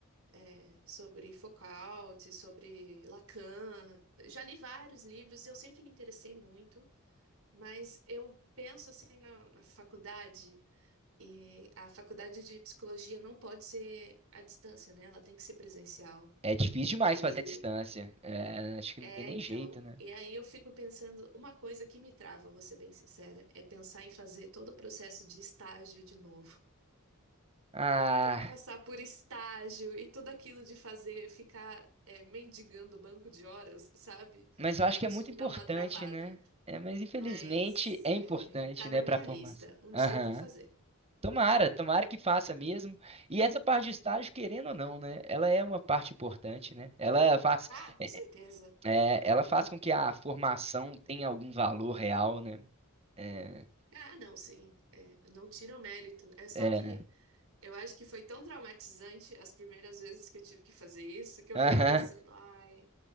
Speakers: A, on the right; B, on the right.
A: é, sobre Foucault, sobre Lacan. Já li vários livros, eu sempre me interessei muito, mas eu penso assim na na faculdade. E a faculdade de psicologia não pode ser à distância, né? Ela tem que ser presencial.
B: É difícil demais
A: E
B: fazer a distância. É, acho que
A: é,
B: não tem nem
A: então,
B: jeito, né?
A: e aí eu fico pensando, uma coisa que me trava, vou ser bem sincera, é pensar em fazer todo o processo de estágio de novo.
B: Ah,
A: Ter que passar por estágio e tudo aquilo de fazer, ficar é, mendigando banco de horas, sabe?
B: mas eu acho
A: Isso
B: que é muito
A: me
B: importante,
A: dá uma travada.
B: né? É, mas infelizmente
A: Mas
B: é importante,
A: é, tá
B: né,
A: na minha
B: para a formação.
A: lista. Um
B: Aham.
A: dia eu vou fazer.
B: Tomara, tomara que faça mesmo. E essa parte de estágio, querendo ou não, né? Ela é uma parte importante, né? Ela faz,
A: Ah, com
B: é,
A: certeza.
B: é, ela faz com que a formação tenha algum valor real, né? É,
A: Ah, não, sim. É, não tira o mérito. É só
B: é.
A: que eu acho que foi tão traumatizante as primeiras vezes que eu tive que fazer isso que eu
B: <laughs>
A: fico pensando, ai,